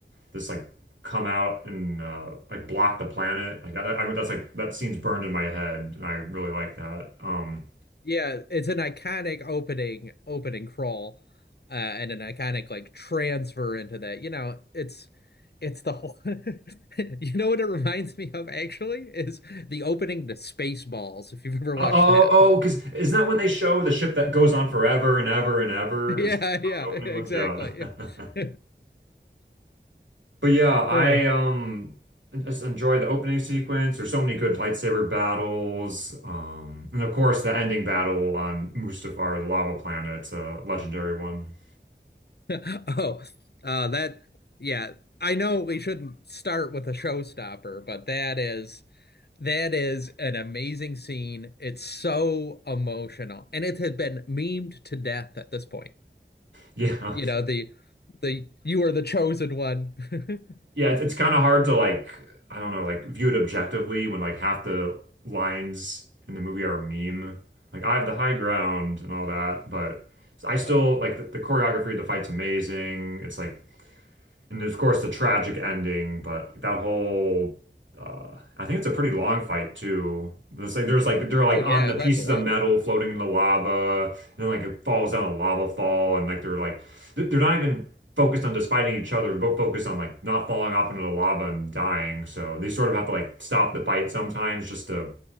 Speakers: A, on the right; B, on the left.
A: this like come out and uh, like block the planet. Like I, I mean, that's like that scene's burned in my head, and I really like that. Um,
B: Yeah, it's an iconic opening opening crawl, uh, and an iconic like transfer into that. You know, it's it's the whole. <laughs> You know what it reminds me of actually is the opening to Spaceballs, if you've ever watched
A: oh, oh,
B: that.
A: oh, because isn't that when they show
B: <laughs>
A: the ship that goes on forever and ever and ever?
B: Yeah,
A: Is that what
B: yeah,
A: the opening
B: exactly.
A: was? Yeah.
B: <laughs>
A: <laughs> But yeah, I
B: Uh,
A: um just enjoy the opening sequence. There's so many good lightsaber battles, um, and of course the ending battle on Mustafar, the lava planet, it's a legendary one. <laughs>
B: <laughs> Oh, uh, that, yeah. I know we shouldn't start with a showstopper, but that is that is an amazing scene. It's so emotional, and it has been memed to death at this point.
A: Yeah,
B: You know, the the you are the chosen one. <laughs>
A: Yeah, it's, it's kind of hard to like, I don't know, like view it objectively when like half the lines in the movie are a meme. Like I have the high ground and all that, but I still
B: Uh,
A: like the, the choreography of the fight's amazing. It's like and of course the tragic ending, but like, that whole uh I think it's a pretty long fight too. There's like there's like they're like
B: Oh yeah,
A: on the
B: it
A: pieces
B: lasts a while.
A: of metal floating in the lava, and then like it falls down a lava fall, and like they're like th- they're not even focused on just fighting each other. They're both focused on like not falling off into the lava and dying. So they sort of have to like stop the fight sometimes just to